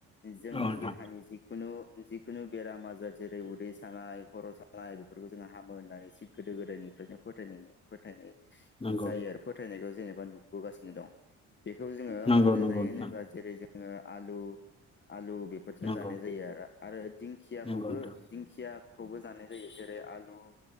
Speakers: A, on the left; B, on the left.
A: जोंनि
B: नोंथां
A: देहानि जिखुनु जिखुनु बेराम आजार जेरै उदै सानाय खर' सानाय बेफोरखौ जोङो हामो होननानै एसे गोदो गोदायनि बिखायनो फोथायदों फोथायनाय
B: नंगौ
A: जायो आरो फोथायनायखौ जेनेबा नुबोगासिनो दं। बेखौ जोङो
B: नंगौ
A: माजों
B: नंगौ
A: जायो
B: नोंथां
A: होनोब्ला जेरै जोङो आलु आलु बेफोरजोंनो
B: नंगौ
A: जानाय जायो आरो आरो दिंखियाखौबो
B: नंगौ नोंथां
A: दिंखिया खौबो जानाय जायो जेरै आलु